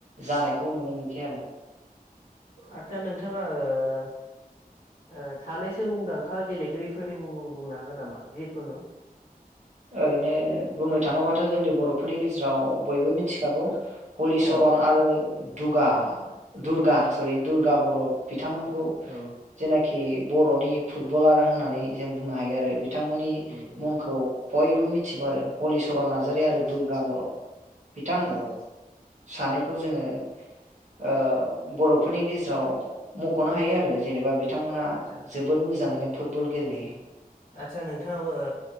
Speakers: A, on the right (about 50°); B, on the left (about 60°).
A: जानायखौ नुनो मोनसै आरो ।
B: आस्सा नोंथाङा ओ सानैसो मुंदांखा गेलेगिरिफोरनि मुं बुंनो हागोन नामा जिखुनु?
A: ओरैनो बुंनो थाङोबाथ' जोंनि बर'फोरनि गेजेराव बयबो मिथिखागौ । हलिचरन
B: औ
A: आरो दुगा दुर्गा सरि दु गा बर' बिथांमोनखौ
B: आदसा औ
A: जेनाखि बर'नि फुटबलार होननानै जों बुंनो हायो आरो बिथांमोननि
B: उम उम
A: मुंखौ बयबो मिथिगौ आरो। हलिचरन नार्जारि
B: आदसा
A: आरो
B: आदसा
A: दुर्गा
B: आदसा
A: बर' बिथां
B: औ
A: सानै खौ जोङो ओ बर'फोरनि गेजेराव मख'नो हायो आरो जेनेबा बि थां मोना
B: आदसा
A: जोबोद मोजाङैनो फुटबल गेलेयो ।
B: आदसा नोंथाङाबो ओ